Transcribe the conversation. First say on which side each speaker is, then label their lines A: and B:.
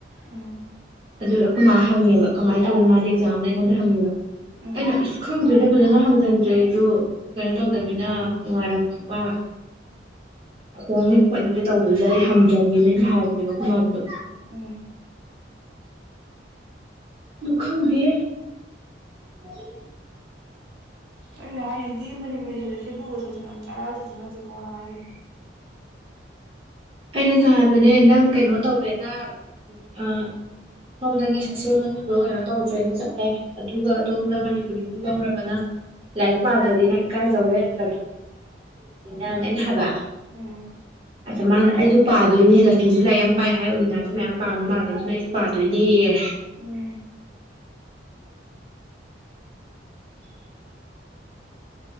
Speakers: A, on the right; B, on the right.
A: ꯑꫭ
B: ꯑꯗꯨ ꯑꯈꯣꯏ ꯃꯥ ꯍꯪꯉꯦꯕ ꯀꯃꯥꯏ <unintelligible> ꯇꯧ <unintelligible> ꯃꯥꯗꯤ ꯑꯦꯖꯥꯝꯅꯦ ꯑꯩꯉꯣꯟꯗ ꯍꯪꯉꯦꯕ
A: ꯎꯝ
B: ꯑꯩꯅ ꯎꯁ ꯈꯪꯗ꯭ꯔꯤꯗ ꯐꯖꯅ ꯍꯪ ꯖꯟꯗ꯭ꯔꯦ ꯑꯩꯗꯨ ꯀꯩꯅꯣ ꯇꯧꯗꯕꯤꯅ ꯅꯨꯡꯉꯥꯏꯔꯝꯃꯕ ꯈꯣꯡꯅꯤ ꯈꯣꯠꯅꯤꯌꯦ ꯇꯧꯕꯗꯨꯗ ꯑꯩ ꯍꯪꯗ꯭ꯔꯕꯃꯤꯅ ꯑꯩꯅ ꯍꯥꯏꯕꯅꯦ ꯕ ꯈꯣꯏꯃꯥꯖꯨ
A: ꯎꯝ
B: ꯗꯨ ꯈꯪꯗꯦ <inaudible>
A: ꯑꯩꯅ ꯍꯥꯏꯌꯦꯟꯗꯤ ꯃꯅꯤꯄꯨꯔꯤ ꯁꯕꯖꯦꯛꯁꯦ ꯂꯨꯕ ꯁꯕꯖꯦꯛ <unintelligible> ꯖꯛ ꯅꯠꯇꯦꯀꯣꯅ ꯍꯥꯏꯒ꯭ꯔꯤꯅꯦ
B: ꯑꯩꯅꯖꯨ ꯍꯥꯏꯕꯅꯦ ꯅꯪ ꯀꯩꯅꯣ ꯇꯧꯋꯦ ꯅꯪ ꯑ ꯁꯣꯝꯗꯒꯤ ꯁꯣꯁꯤꯌꯣꯂꯣꯖꯤꯗꯣ ꯀꯩꯅꯣ ꯇꯧꯖꯦꯅ ꯆꯠꯂꯦ ꯑꯗꯨꯒ ꯑꯗꯣꯝꯗ ꯃꯅꯤꯄꯨꯔꯤ <unintelligible> ꯂꯧꯔꯒ ꯅꯪ ꯂꯥꯏꯔꯤꯛ ꯄꯥꯗ꯭ꯔꯗꯤ ꯅꯪ ꯏꯀꯥꯏꯖꯧꯍꯦ <unintelligible> ꯑꯩꯅ ꯍꯥꯏꯕ
A: ꯎꯝ
B: ꯑꯆꯥ ꯃꯥ ꯑꯩꯖꯨ ꯄꯥꯗꯣꯏꯅꯦ ꯂꯛꯀꯤꯖꯨ ꯂꯥꯏꯔꯤꯛ ꯌꯥꯝ ꯄꯥꯏ ꯍꯥꯏ ꯎꯂꯤꯅꯥꯖꯨ ꯃꯌꯥꯝ ꯄꯥꯕ ꯃꯥꯜꯂꯦ ꯑꯗꯨꯅ ꯑꯩꯖꯨ ꯄꯥꯗꯣꯏꯅꯦꯌꯦ
A: ꯎꯝ
B: <inaudible>